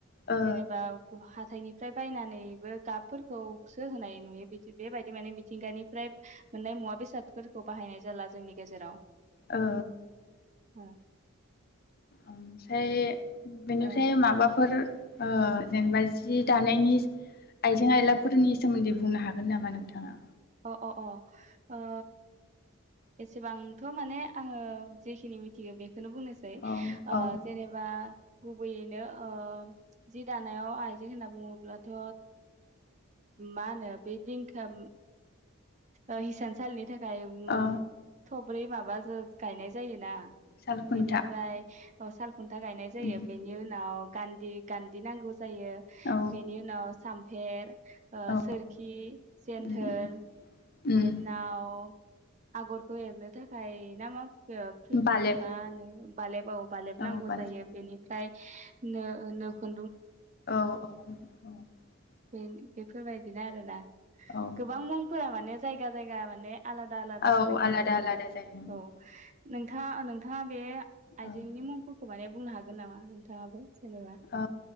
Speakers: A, on the left; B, on the right.
A: ओ
B: जेनेबा <unintelligible> हाथायनिफ्राय बायनानैबो गाबफोरखौसो होनाय नुयो बिदि बेबायदि माने मिथिंगानिफ्राय मोननाय मुवा बेसादफोरखौ बाहायनाय जाला जोंनि गेजेराव
A: ओ ओ
B: ओ
A: ओमफ्राय बेनिफ्राय
B: ओ
A: माबाफोर ओ जेनेबा जि दानायनि आइजें आयलाफोरनि सोमोन्दै बुंनो हागोन नामा नोंथाङा
B: अ अ अ ओ एसेबांथ माने आङो जेखिनि मिथिगो बेख बेखौनो बुंनोसै
A: औ
B: ओ
A: औ
B: जेनेबा गुबैयैनो ओ जि दानायाव आइजें होनना बुङोब्लाथ मा होनो बे दिंखोम ओ हिसान सालिनि था खाय मोन
A: ओ
B: थ ब्रै माबा जो गायनाय गायनाय जायोना
A: साल खुन्था
B: बेनिफ्राय अ साल खुन्था गायनाय जायो
A: उम
B: बेनि उनाव गान्दि गान्दि नांगौ जायो
A: औ
B: बेनि उनाव सा थेर। ओ
A: औ
B: सोरखि जेन्थोर।
A: उम उम उम
B: बेनाव आगरखौ एरनो थाखाय ना मा ओ फ्रिज
A: बालेब
B: मा होनो बालेबाव बालेब
A: औ
B: नांगौ
A: बालेब
B: जायो बेनिफ्राय नो नोखु
A: औ औ औ।
B: बेफोरबायदिनो आरोना।
A: औ
B: गोबां मुं। माने जायगा जायगा माने आलादा आलादा
A: औ
B: जानायखौ
A: आलादा
B: नुनो मोनो
A: आलादा जायो उम
B: औ नोंथाङा नोंथ थाङा बे आइजेंनि
A: औ
B: मुं फो खमाने बुंनो हागोन नामा नोंथाङाबो? जेनेबा
A: ओ